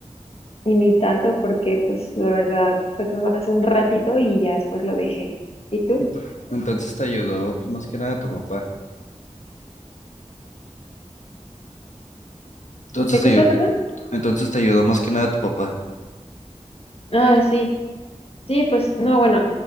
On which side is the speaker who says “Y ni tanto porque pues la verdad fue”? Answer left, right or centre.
Left